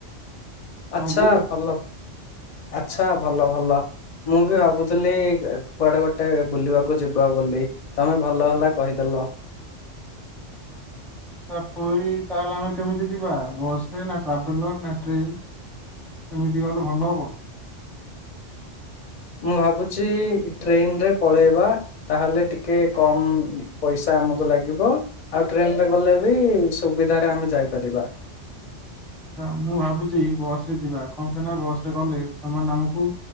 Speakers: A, in the centre; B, on the left.
A: ଆମେ
B: ଆଛା
A: ଯିବୁ କି?
B: ଭଲ ଆଛା ଭଲ ଭଲ। ମୁଁ ବି ଭାବୁଥିଲି କୁଆଡେ ଗୋଟେ ବୁଲିବାକୁ ଯିବା ବୋଲି। ତମେ ଭଲ ହେଲା କହିଦେଲ।
A: ତା ପୁରୀ ତାହେଲେ ଆମେ କେମିତି ଯିବା ବସ୍ ନା ଟ୍ରାଭେଲର ନା ଟ୍ରେନ୍। ଏମିତି କହିଲେ ଭଲ ହବ।
B: ମୁଁ ଭାବୁଛି ଟ୍ରେନ ରେ ପଳେଇବା ତାହେଲେ ଟିକେ କମ ପଇସା ଆମକୁ ଲାଗିବ। ଆଉ ଟ୍ରେନ ରେ ଗଲେ ବି ସୁବିଧାରେ ଆମେ ଯାଇପାରିବା।
A: ମୁଁ ଭାବୁଛି ବସରେ ଯିବା କଣ ପାଇଁ ନା ବସରେ ଗଲେ ସେମାନେ ଆମକୁ